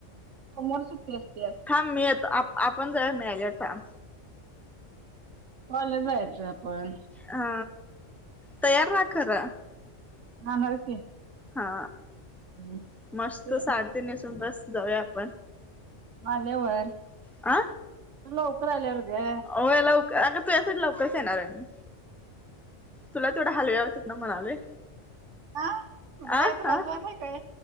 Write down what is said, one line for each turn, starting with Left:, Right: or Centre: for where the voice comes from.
Right: मर सु असत
Centre: थांब मिळतो आप आपण ज मिळाल्यावर थांब
Right: पाला जायचं आपण
Centre: हा तयार ना खरा
Right: हा नरख
Centre: हा
Right: ते
Centre: मस्त साडेतीनसून बस जाऊया आप
Right: आल्यावर तु
Centre: आ
Right: लवकर आल्यावर ग
Centre: हो लवकर अग तुझ्यासाठी लवकरच येणार आहे तुला तेथवढा हलव्या होतात ना म्हणाले
Right: हा तुला काय
Centre: आ
Right: त्रास
Centre: हा
Right: झालाय काय